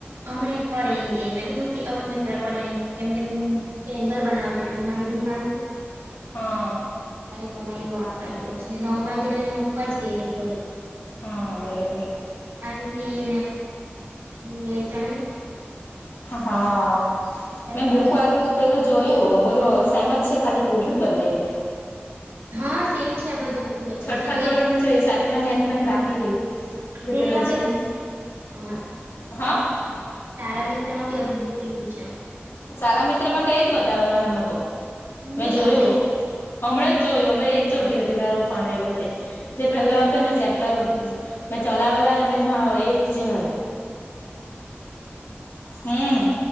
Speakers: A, on the right (about 85°); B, on the left (about 70°).
A: હમણા ઘરે એ ગે મેં કીધું કે હવે મેં ખરાક લ ન કેમ કે મમ. બેંગલ બનાવતી હતી મારી બહેન આવી.
B: હા
A: તરે મનાય્યું આખા દિવસ ને નવ વાગેને મૂકવાજ એ મળી
B: હા બરોબર.
A: અરેની ને ચા.
B: હા મે
A: નહી
B: બોક
A: આવતો
B: આરું. પેલું જોયું બધું સહેમત છે ખાલી પૂઠું જ બદલાયલું.
A: હા સેમ છે આ બધું. પૂછું
B: છઠ્ઠા
A: ને
B: ધોરણ ની જોઈ સાતમા ની આઠમાની બાકી રહી.
A: ને
B: રતે
A: એમાં
B: રાજકોમ
A: બી અપડેટ થઈ ગયું છે આમાં
B: હા.
A: તારા મિત્ર માં બી અપડેટ થઈ રહ્યું છે.
B: સારા મિત્ર માં તો એજ બતાવે મારામાં તો મેં
A: ની
B: જોયું.
A: અપડેટ
B: હમણાં જ જોયું હમણાં એ જ જોટી હતી તાર ફોન આવ્યું તે. જે પેલા આવતા ને ચેપ્ટરો. મે ચલાલા એમાં એજ છેવા હમમ